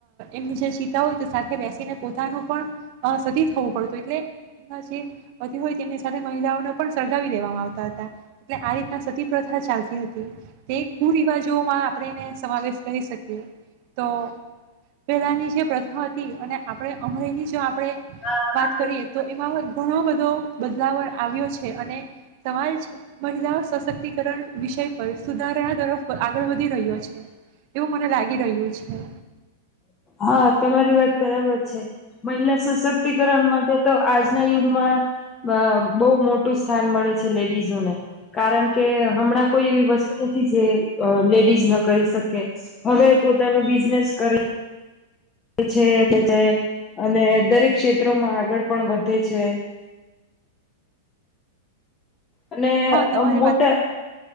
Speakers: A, on the right; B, on the left.
A: એમને જે ચીતા હોય તો સાથે બેસીને પોતાનું પણ સતી થવું પડત હતું એટલે એના જે પતિ હોય તેમની સાથે મહિલાઓને પણ સળગાવી દેવામાં આવતા હતા એટલે આ રીતના સતી. પ્રથા ચાલતી હતી તે કુરિવાજોમાં આપણે સમાવેશ કરી શકીએ તો પેલાની જે પ્રથા હતી અને આપણે હમણેની જો આપણે.
B: હા
A: વાત
B: આ
A: કરીએ તો એમાં ઘણો બધો બદલાવ આવ્યો છે અને સમાજ મહિલાઓ સશક્તિ ત્રણ વિષય પર સુધારા તરફ આગળ વધી રહ્યો છે એવું મને લાગી રહ્યું છે.
B: હા તમારી વાત બરાબર છે. મહિલા સશક્તિકરણ માટે તો આજના યુગમાં બહુ મોટું સ્થાન મળે છે લેડીઝોને કારણ કે હમણાં કોઈ એવી વસ્તુ નથી જે અ લેડીઝ ન કરી શકે હવે પોતાનો બિઝનેસ કરે છે <unintelligible> અને દરેક ક્ષેત્રોમાં આગળ પણ વધે છે. અને
A: હા તમારી
B: મોટા
A: વાત